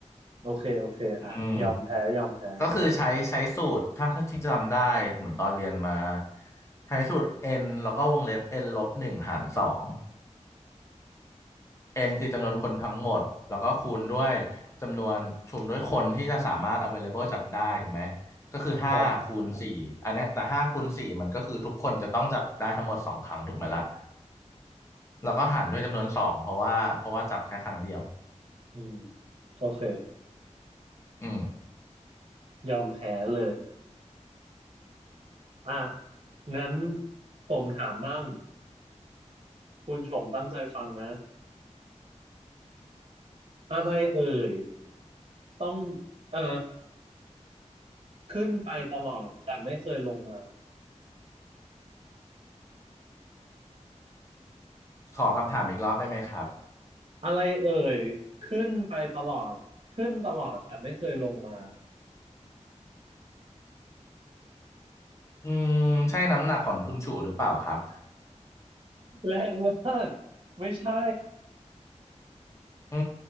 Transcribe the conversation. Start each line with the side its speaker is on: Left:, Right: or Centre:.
Right: โอเคโอเคอ่ะยอมแพ้ยอมแพ้
Left: อืมคก็คือใช้ใช้สูตรถ้าถ้าที่จำได้เหมือนตอนเรียนมาใช้สูตร n แล้วก็วงเล็บ n ลบหนึ่งหารสอง n คือจำนวนคนทั้งหมดแล้วก็คูณด้วยจำนวนชุมด้วยคนที่จะสามารถ
Right: อืม
Left: available จับได้ถูกไหมก็คือห้าคูณสี่อันเนี้ยแต่ห้าคูณสี่มันก็คือทุกคนจะต้องจับได้ทั้งหมดสองครั้งถูกไหมล่ะ
Right: ครับ
Left: แล้วก็หารด้วยจำนวนสองเพราะว่าเพราะว่าจับแค่ครั้งเดียว
Right: อืมโอเค
Left: อืม
Right: ยอมแพ้เลยอ่ะงั้นผมถามบ้างคุณชงตั้งใจฟังนะอะไรเอ่ยต้องเอ่อขึ้นไปตลอดแต่ไม่เคยลงมา
Left: ขอคำถามอีกรอบได้ไหมครับ
Right: อะไรเอ่ยขึ้นไปตลอดขึ้นตลอดแต่ไม่เคยลงมา
Left: อืมใช่น้ำหนักของคุณชูหรือเปล่าครับ
Right: แรงมากไม่ใช่
Left: อื